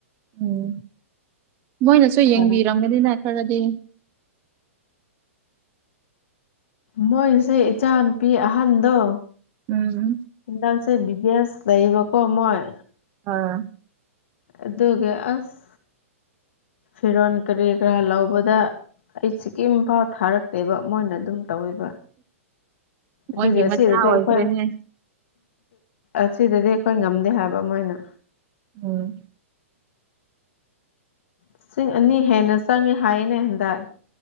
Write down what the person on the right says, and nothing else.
ꯎꯝ ꯃꯣꯏꯅꯁꯨ
ꯌꯦꯡꯕꯤꯔꯝꯒꯅꯤꯅ ꯈꯔꯗꯤ
ꯎꯝ
ꯑꯥ
ꯃꯣꯏꯒꯤ
ꯃꯆꯥ ꯑꯣꯏꯈ꯭ꯔꯦꯅꯦ
ꯎꯝ